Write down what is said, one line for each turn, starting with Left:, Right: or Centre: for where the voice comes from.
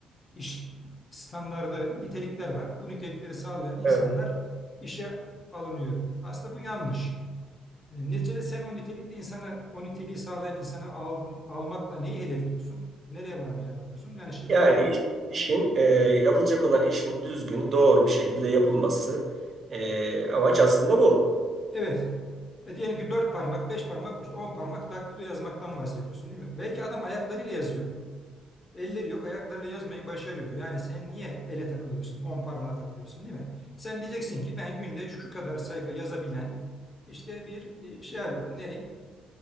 Left: iş standardı nitelikler var. Bu nitelikleri sağlayan insanlar
Right: evet.
Left: işe alınıyor. Aslında bu yanlış. E, Neticede sen o nitelikli insana, o niteliği sağlayan insanı aldın- almakla neyi hedefliyorsun? Nereye varmaya bakıyorsun? Yani şirketlerin
Right: Yani iş- işin e, yapılacak olan işin düzgün, doğru bir şekilde yapılması e, amaç aslında bu.
Left: Evet. E diyelim ki dört parmak, beş parmak, işte on parmak daktilo yazmaktan bahsediyorsun değil mi? Belki adam ayaklarıyla yazıyor. Elleri yok, ayaklarıyla yazmayı başarıyor. Yani sen niye ele takılıyorsun, on parmağa takılıyorsun değil mi? Sen diyeceksin ki ben günde şu kadar sayfa yazabilen işte bir e, şey arıyorum. Ne?